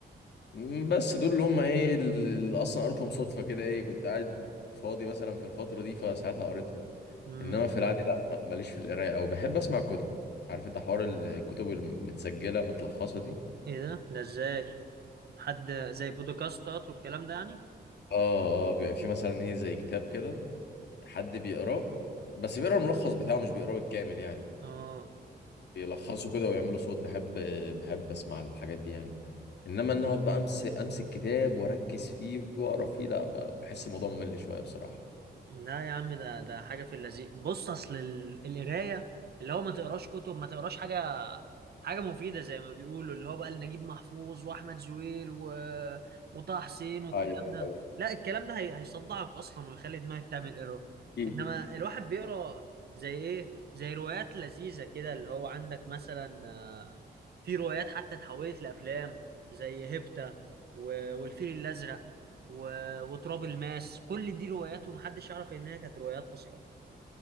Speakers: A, on the left (about 75°); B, on the right (about 65°).
A: مم، بس دول اللي هم ايه اللي اصلا قريتهم صدفه كده ايه كنت قاعد فاضي مثلا في الفتره دي فساعتها قريتهم
B: امم
A: انما في العادي لا ما- ماليش في القرايه او بحب اسمع الكتب عارف انت حوار الكتب المتسجله متلخصه دي
B: ايه ده ده ازاي حد زي بودكاستات والكلام ده يعني
A: اه اه بيبقى في مثلا ايه زي كتاب كده حد بيقراه بس بيقرا الملخص بتاعه مش بيقراه بالكامل يعني
B: اه
A: بيلخصوا كده ويعملوا صوت بحب بحب اسمع الحاجات دي يعني انما ان اقعد بقى امسك امسك كتاب واركز فيه واقرا فيه لا ب- بحس الموضوع ممل شويه بصراحه
B: لا يا عم ده ده حاجة في اللذيذ بص أصل ال- القراية اللي هو ما تقراش كتب ما تقراش حاجة حاجة مفيدة زي ما بيقولوا اللي هو بقى نجيب محفوظ وأحمد زويل و... وطه حسين والكلام
A: ايوه
B: ده لا الكلام ده هي... هيصدعك أصلا ويخلي دماغك تعمل ايرور
A: أكيد.
B: إنما الواحد بيقرا زي إيه زي روايات لذيذة كده اللي هو عندك مثلا آه، في روايات حتى اتحولت لأفلام زي هيبتا و... والفيل الأزرق وتراب الماس كل دي روايات ومحدش يعرف انها كانت روايات اصلا